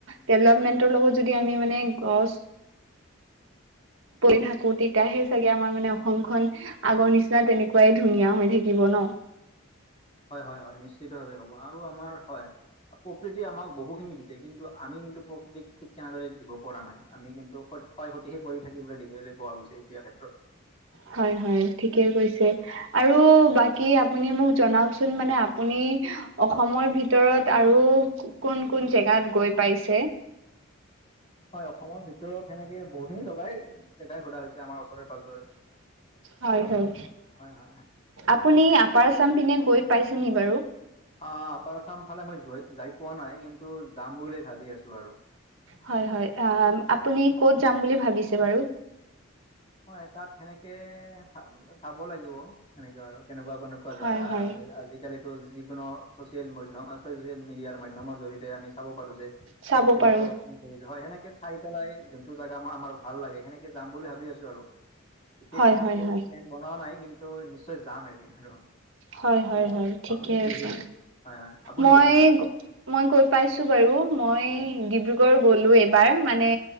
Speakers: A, on the right; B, on the left.
A: ডেভলপমেন্টৰ লগত যদি আমি মানে গছ পৰি থাকো তেতিয়াহে চাগে আমাৰ মানে অসমখন আগৰ নিচিনা তেনেকুৱাই ধুনীয়া হৈ থাকিব ন'?
B: হয়' হয়' হয' নিশ্চিত ভাৱে হ'ব আৰু আমাৰ হয়। প্ৰকৃতিয়ে আমাক বহুখিনি দিছে, কিন্তু আমি কিন্তু প্ৰকৃতিক ঠিক তেনেদৰে দিব পৰা নাই আমি কিন্তু ক্ষয় ক্ষতিহে কৰি থাকিবলে দেখিবলৈ পোৱা গৈছে এতিয়া ক্ষেত্ৰত।
A: হয়, হয়, ঠিকে কৈছে আৰু বাকী আপুনি নি মোক জনাওকচোন মানে আপুনি অসমৰ ভিতৰত আৰু কোন কোন জেগাত গৈ পাইছে?
B: হয় অসমৰ ভিতৰত সেনেকে বহুতখিনি জগাই জেগাই সোধা হৈছে আমাৰ ওচৰে পাজৰে। এতিয়া
A: হয় হয়
B: হয়' হয়' হয়'।
A: আপুনি আপাৰ আছাম পিনে গৈ পাইছে নি বাৰু?
B: অ' আপাৰ আচাম ফালে মই যই যাই পোৱা নাই কিন্তু যাম বুলি ভাবি আছো আৰু।
A: হয়' হয় আ আপুনি কত যাম বুলি ভাবিছে বাৰু?
B: হয় তাত সেনেকে চাব লাগিব সেনেকে আৰু কেনেকুৱা <unintelligible> কোৱা
A: হয়
B: জেগা
A: হয়
B: আমি আজিকালি যিকোনো ছ'চিয়েল মাধ্যম ছ'চিয়েল মিডিয়াৰ মাধ্যমৰ জৰিয়তে আমি চাব পাৰোঁ যে
A: চাব
B: ক'ত কেনেকুৱা
A: পাৰো
B: কি <inaudible> হৈ হয় সেনেকে চাই পেলাই যোনটো জেগা মই আমাৰ ভাল লাগে সেনেকে যাম বুলি ভাবি আছো আৰু, বিশেষ
A: হয়
B: সেনেকে
A: হয় হয়
B: প্লেন বনোৱা নাই কিন্তু নিশ্চয় যাম এদিন আৰু,
A: হয়
B: <inaudible>
A: হয় হয় ঠিকে
B: আপুনি গৈছে
A: আছে
B: নাই? হয়' হয়। আপুনি
A: মই,
B: গৈছিল নেকি
A: মই গৈ পাইছোঁ বাৰু মই
B: হয়
A: ডিব্ৰুগড় গলোঁ এইবাৰ মানে